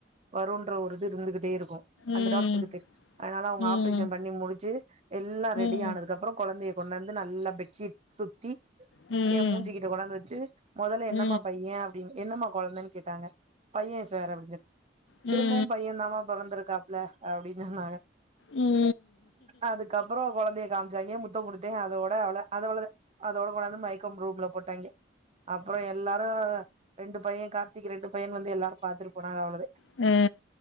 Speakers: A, on the right (about 35°); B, on the left (about 80°).
A: வரும்ன்ற ஒரு இது இருந்துகிட்டே ருக்கும் அந்த
B: ம்
A: டாக்டருக்கு தெ அதனால அவங்க
B: ம்
A: ஆப்ரேஷன் பண்ணி முடிச்சு எல்லா ரெடி
B: ம்
A: ஆனதுக்கு
B: ம்
A: அப் றோ கொழந்தைய கொண்டு வந்து நல்லா பெட்ஷீட் சுத்தி
B: ம்
A: ஏன் மூஞ்சிக்கிட்ட கொண்டுவந்து வச்சு முதல்ல
B: ம்
A: என்னம்மா
B: ம் ம் ம் ம்
A: பையே அப்டின்னு என்னமா கொழந்தன்னு கேட்டாங்க பையே சார் அப்டின்னு சொன்னே
B: ம்
A: திரும்பவும் பையே தாமா பொறந்திருக்காப்புல அப்டின்னு சொன்னாங்க
B: ம்
A: அதுக்கப்றோ கொழந்தைய காமிச்சாங்கே முத் முத்தம் கொடுத்தே அதோட அவ்ளோ அத அவளோ தா அதோட கொண்டாந்து மைக்கம் ரூம்ல போட்டாங்கே அப்றோ எல்லாரும் ரெண்டு பையே கார்த்திக் ரெண்டுபயே வந்து எல்லாரு பாத்துட்டு போனாங்க அவ்ளோதா
B: ஆ